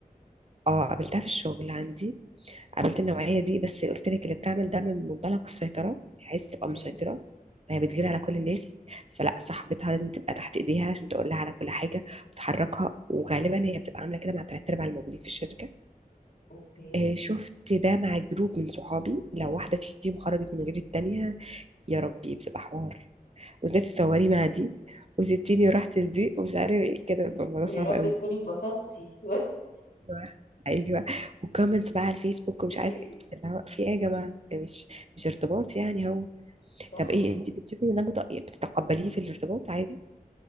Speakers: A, on the right; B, on the left.
A: اه قابلتها في الشغل عندي قابلت النوعية دي بس قلت لك اللي بتعمل ده من منطلق السيطرة هي عايزة تبقى
B: مم.
A: مسيطرة فهي بتجري على كل الناس فلا صاحبتها لازم تبقى تحت ايديها عشان تقول لها على كل حاجة وتحركها وغالبا هي بتبقى عاملة كده مع تلات ارباع الموجودين في الشركة
B: اوكي
A: آه، شفت ده مع جروب من صحابي لو واحدة فيهم خرجت من غير التانية يا ربي بتبقى حوار وازاي تتصوري مع دي وسبتيني ورحت لدي ومش عارف ايه كده بيبقى الموضوع
B: ويا
A: صعب
B: رب
A: قوي
B: تكوني اتبسطتي
A: ايوه ايوه وكومنتس بقى على الفيسبوك ومش
B: <laughs>
A: عارف ايه اللي هو في ايه يا جماعه مش مش ارتباط يعني هو
B: صح
A: طب ايه انت بتشوفي ان ده مت- بتتقبليه في الارتباط عادي